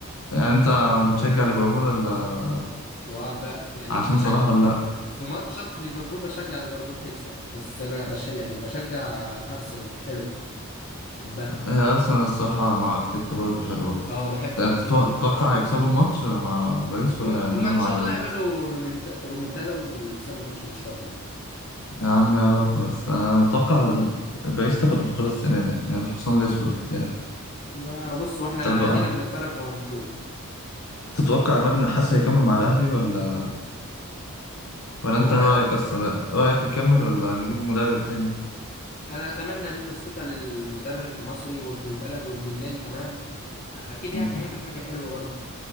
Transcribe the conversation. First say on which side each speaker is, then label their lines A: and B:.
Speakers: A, on the left; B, on the left.
A: يعني انت بتشجع ليفربول ولا
B: وب... يعني
A: عشان
B: بشجع
A: صلاح ولا لا؟
B: في ماتشات ليفربول بشجع ليفربول تكسب بس انا بش... يعني بشجع ارسنال حلو بحبها
A: هي ارسنال الصراحة مع ارتيتا برضه حلوة بس
B: اه بحب ارتيتا
A: انت تتوقع
B: برضو
A: تتوقع
B: عامل
A: يكسبوا
B: معاهم
A: الماتش مع باريس
B: وما
A: ولا هيعملوا ايه
B: ان
A: مع
B: شاء
A: باريس؟
B: الله يعملوا رومنت... رومنتادا ويكسبوا الماتش ان شاء الله
A: يا عم يا رب بس انا متوقع ال- باريس تاخد البطولة السنة دي يعني الحصان الأسود بتاعي
B: يا بص واحنا
A: طب
B: قاعدين بنتفرج وهنشوف
A: تتوقع عماد النحاس هيكمل مع الأهلي ولا ولا انت
B: هو انا
A: رأيك اصلا رأيك يكمل ولا نجيب مدرب تاني
B: انا اتمنى ندي الثقة للمدرب المصري وابن البلد وابن النادي كمان اكيد يعني
A: مم.
B: هيعمل حاجة حلوة برضو